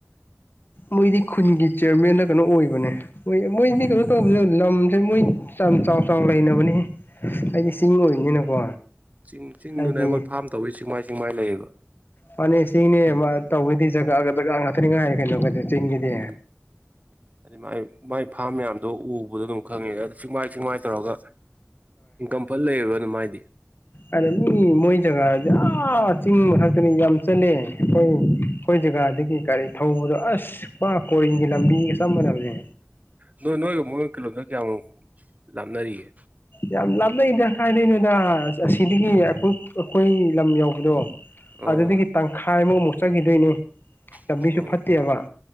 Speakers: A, on the left; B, on the right.
A: ꯃꯣꯏꯗꯤ ꯈꯨꯟꯒꯤ ꯆꯤꯌꯔꯃꯦꯦꯟꯟꯅ ꯀꯩꯅꯣ ꯑꯣꯏꯕꯅꯦ ꯍꯣꯏ ꯃꯣꯏꯗꯤ ꯀꯩꯅꯣ ꯇꯧꯕꯅꯤꯅ ꯂꯝꯁꯦ ꯃꯣꯏ ꯌꯥꯝ ꯆꯥꯎ ꯆꯥꯎꯅ ꯂꯩꯅꯕꯅꯤ ꯑꯩꯗꯤ
B: ꯑꯣ
A: ꯆꯤꯡ ꯑꯣꯏꯅꯤꯅꯀꯣ
B: ꯆꯤꯡ ꯆꯤꯡꯗꯨꯅ
A: ꯍꯥꯏꯗꯤ
B: ꯃꯣꯏ ꯐꯥꯝ ꯇꯧꯋꯤ ꯆꯤꯡꯃꯥꯏ ꯆꯤꯡꯃꯥꯏ ꯂꯩꯌꯦꯕ
A: ꯃꯥꯅꯤ ꯁꯤꯅꯦ ꯇꯧꯕꯗꯤ ꯖꯒꯥꯒ ꯖ ꯉꯥꯛꯇꯅꯤꯉꯥꯏ ꯀꯩꯅꯣ ꯀꯩꯅꯣ ꯆꯤꯡꯒꯤꯗꯤ
B: ꯎꯝ ꯍꯥꯏꯗꯤ ꯃꯥꯏ ꯃꯥꯏ ꯐꯥꯝ ꯃꯌꯥꯝꯗꯣ ꯎꯕꯗꯣ ꯑꯗꯨꯝ ꯈꯪꯉꯦ ꯑꯗꯨ ꯆꯤꯡꯃꯥꯏ ꯆꯤꯡꯃꯥꯏ ꯇꯧꯔꯒ ꯏ ꯀꯝꯄꯜꯂꯦ ꯏꯒ ꯅ ꯃꯥꯥꯏ
A: ꯑ ꯃꯤ ꯃꯣꯏ ꯆꯒꯥ ꯌꯥ ꯆꯤꯡ ꯃ ꯈꯥꯛꯛꯇꯅꯤ ꯌꯥꯝ ꯆꯠꯂꯦ ꯑꯩꯈꯣꯏ ꯑꯩꯈꯣꯏ ꯖꯒꯥꯗꯒꯤ ꯀꯒꯥꯔꯤ ꯊꯧꯕꯗꯣ ꯑꯁ ꯀ ꯀꯣꯔꯤꯡꯒꯤ ꯂꯝꯕꯤꯒ ꯆꯝ ꯃꯅꯕꯅꯦ
B: ꯅꯣꯏ ꯅꯣꯏꯒ ꯑꯃꯨꯛ ꯅ ꯀꯤꯂꯣꯃꯤꯇꯔ ꯀꯌꯥꯃꯨꯛ ꯂꯥꯞꯅꯔꯤꯒꯦ
A: ꯌꯥꯝ ꯂꯥꯞꯂꯛꯗ ꯀꯥꯏꯗꯩꯅꯣꯗ ꯑꯁꯤꯗꯒꯤ ꯑꯩꯈꯣꯏ ꯂꯝ ꯌꯧꯕꯗꯣ
B: ꯑꯣ
A: ꯑꯗꯨꯗꯒꯤ ꯇꯪꯈꯥꯏꯃꯨꯛꯃꯨꯛ ꯆꯠꯈꯤꯗꯣꯏꯅꯦ ꯂꯝꯕꯤꯁꯨ
B: ꯑꯣ
A: ꯐꯠꯇꯦꯕ